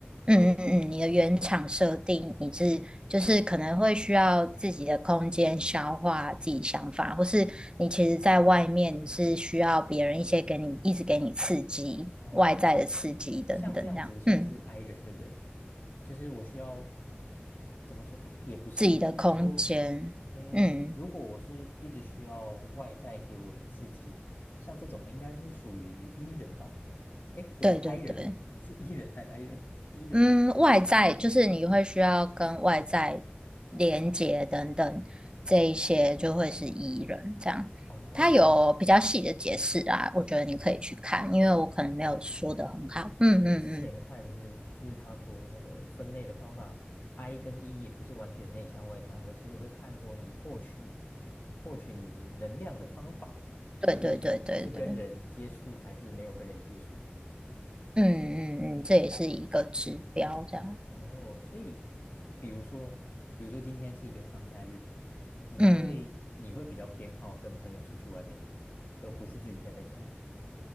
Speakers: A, on the right; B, on the left.
A: 嗯嗯，
B: 诶，
A: 你的原厂设定，你是就是可能会需要自己的空间消化自己想法，或是你其实在外面你是需要别人一些给你一直给你刺激，
B: 哦，
A: 外在的刺激等等这样，
B: 诶，像这样子算是
A: 嗯，
B: I 人，对不对？就是我需要怎么说？诶，也不是，
A: 自己的空间，
B: 应该说，诶，
A: 嗯，
B: 如果我是一直需要外在给我的刺激，像这种应该是属于 E 人吧？诶，不对，I
A: 对对对。
B: 人是 E 人还是 I 人？E 人哦。
A: 嗯，外在就是你会需要跟外在连接等等，这一些就会是 E 人这样。
B: 哦，
A: 它有比较细的解释啊，我觉得你可以去看，因为我可能没有说的很好。
B: 诶，但
A: 嗯嗯嗯，
B: 我我之前看是，就是他说那个分类的方法，I 跟 E 也不是完全内向外向，而是会看说你获取获取你能量的方法是是跟人接触还是没有跟人接触。
A: 对对对对对，嗯嗯嗯，这也是一个指标这样。
B: 哦，所以比如说，比如说今天是一个放假日，你会你会比较偏好跟朋友出去外面，
A: 嗯，
B: 而不是自己待在家。